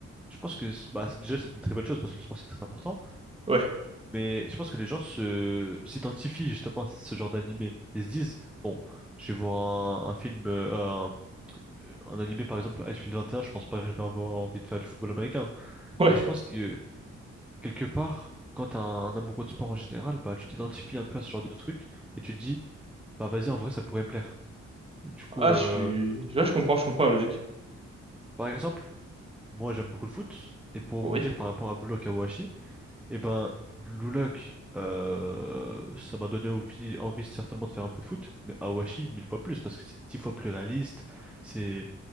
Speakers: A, in the centre; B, on the right.
A: je pense que c'est- bah, c'est- déjà c'est une très bonne chose parce que le sport c'est très important,
B: Ouais.
A: mais je pense que les gens se s'identifient justement à ce genre d'animé. Ils se disent bon, je vais voir un, un film euh, un, un animé par exemple Icefield 21, je pense pas que je vais avoir envie de faire du football américain,
B: Ouais.
A: mais je pense que euh, quelque part quand t'es un, un amoureux de sport en général, bah tu t'identifies un peu à ce genre de truc et tu te dis bah vas-y en vrai ça pourrait me plaire. Du coup
B: Ah,
A: euh,
B: je suis... ouais, je comprends, je comprends la logique.
A: par exemple, moi j'aime beaucoup le foot et pour rebondir
B: Oui.
A: par rapport à Bloc Eh ben, Blue Lock, euh, ça m'a donné envie, envie certainement de faire un peu de foot, mais Awashi, mille fois plus, parce que c'est dix fois plus réaliste, c'est